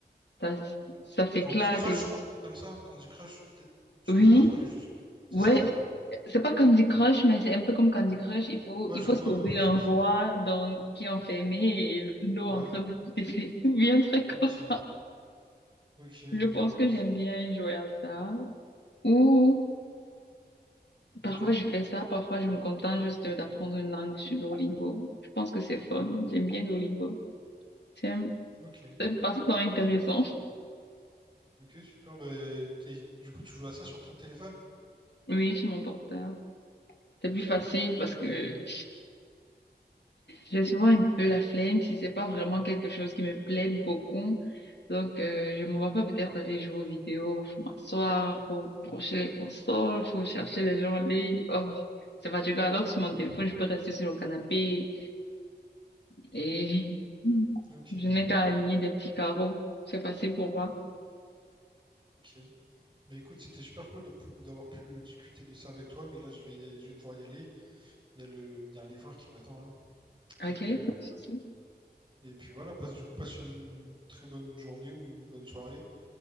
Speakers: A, on the left; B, on the right.
A: ça ça s'éclate.
B: Candy Crush,
A: et-
B: je crois, un truc comme ça. Candy Crush, peut-être. Je
A: Oui,
B: connais pas trop les jeux sur. C'est
A: ouais,
B: ça?
A: C'est pas Candy Crush, mais c'est un peu comme Candy Crush. Il faut,
B: Ouais,
A: il
B: je
A: faut
B: vois
A: sauver
B: à peu près
A: un
B: ce que
A: roi
B: c'est.
A: dans, qui est enfermé et l'eau
B: Ouais.
A: entre <laughs> des bien un truc
B: Ok.
A: comme ça.
B: Ok,
A: Je
B: mais
A: pense
B: euh,
A: que j'aime bien jouer à ça. Ou parfois
B: ok,
A: je fais ça, parfois je me contente juste d'apprendre une langue sur Duolingo. Je pense que c'est fun. J'aime bien Duolingo. C'est un,
B: ok.
A: c'est un passe-temps intéressant.
B: Ok, super. Bah, et du coup, tu joues à ça sur ton téléphone?
A: Oui, sur mon portable. C'est plus
B: Ok.
A: facile parce que J'ai souvent un peu la flemme si c'est pas vraiment quelque chose qui me plaît beaucoup. Donc, euh, je me vois pas peut-être aller jouer aux vidéos. Faut m'asseoir, faut brancher les consoles, faut chercher les gens en ligne. Oh, c'est fatigant. Alors, sur mon
B: Ouais,
A: téléphone, je peux rester sur le canapé et
B: ok,
A: je n'ai qu'à aligner des petits carreaux. C'est facile pour moi.
B: ok. Mais écoute, c'était super cool de pou- d'avoir pu euh, discuter de ça avec toi, mais là je vais, je vais devoir y aller. Il y a le, il y a un livreur qui m'attend là.
A: Ok,
B: Et, euh,
A: sans souci.
B: et puis voilà, passe du coup, passe une très bonne journée ou une bonne soirée.